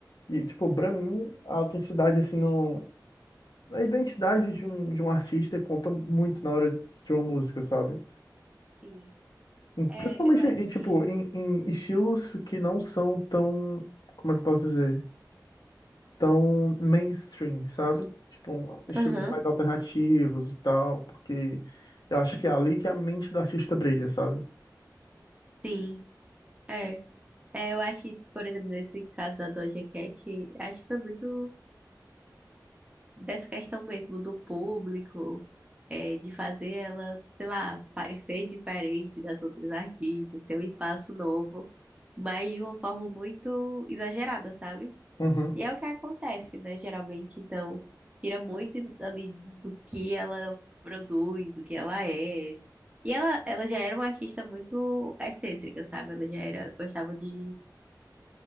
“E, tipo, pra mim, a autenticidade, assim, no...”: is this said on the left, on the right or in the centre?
Left